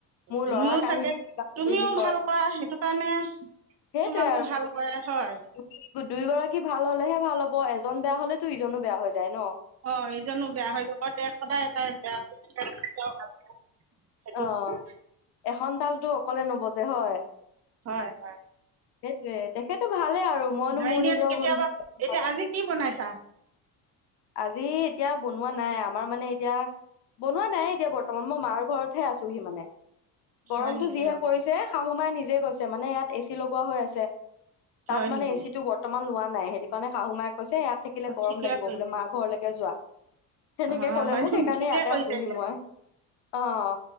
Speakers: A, on the left; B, on the right.
A: মোৰ
B: তুমিও
A: ল'ৰাক
B: চাগে
A: আহি কিবা
B: তুমিও
A: কৰিলি কয়।
B: ভাল কৰা সেইটো কাৰণে
A: সেইটোৱে
B: তোমাকো
A: আৰু
B: ভাল কৰে হয়
A: দুই গৰাকী ভাল হ'লেহে ভাল হ'ব। অ' এজন বেয়া হলে টো ইজনো বেয়া হৈ যায় ন?
B: অ' ইজনো বেয়া হৈ যাব, তে সদায় তাই বেয়া টোকে তেতিয়াহে ভাল হব সেইটো
A: অ
B: পিছে
A: এখন তালটো অকলে নবজে হয়?
B: হয় হয়।
A: সেইটোয়ে, তেখেতো ভাল লেই আৰু মইনো
B: ঘাইনীয়েটো
A: মোৰ নিজৰ
B: কেতিয়াবা
A: গুণ কি কম
B: এতিয়া
A: হয়?
B: আজি কি বনাইছা
A: আজি এতিয়া বনোৱা নাই, আমাৰ মানে এতিয়া, বনোৱা নায়ে এতিয়া বৰ্তমান মই মাৰ ঘৰত হে আছোহি মানে। গৰমটো
B: হয় নেকি
A: যিহে
B: অ
A: পৰিছে শাহু মায়ে নিজ -জে গৈছে, মানে ইয়াত এ চি লগোৱা হৈ আছে।
B: হয়
A: তাত মানে
B: নেকি
A: এচি টো বৰ্তমান লোৱা নাই,। নাই সেইটো কাৰণে শাহু মাক,। কৈছে ইয়াত থাকিলে
B: অ
A: গৰম
B: ঠিকে
A: লাগিব
B: কৰিছে
A: বোলে মা ঘৰলৈকে যোৱা'। সেনেকে
B: অ
A: কলে
B: হয়
A: মোক
B: নেকি
A: সেইকাৰণে
B: ঠিকে
A: ইয়াতে
B: কৰিছে
A: আছোহি
B: দিয়া
A: মই অ-ও